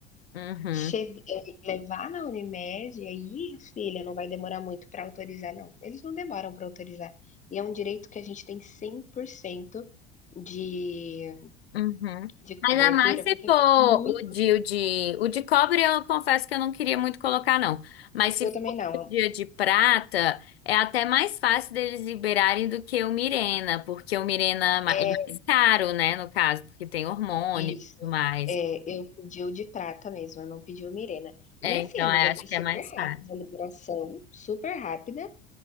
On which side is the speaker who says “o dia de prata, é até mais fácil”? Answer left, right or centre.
Left